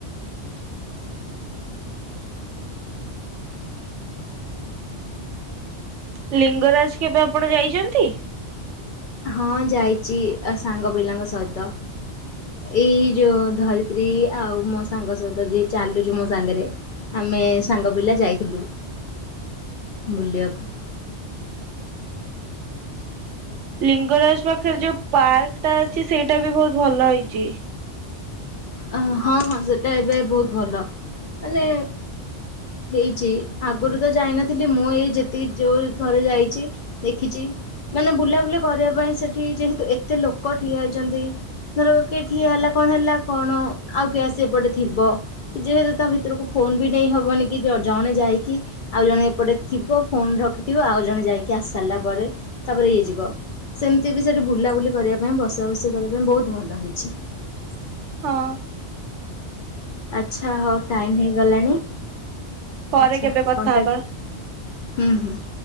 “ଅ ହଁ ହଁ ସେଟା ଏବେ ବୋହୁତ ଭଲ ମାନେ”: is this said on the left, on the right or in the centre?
Left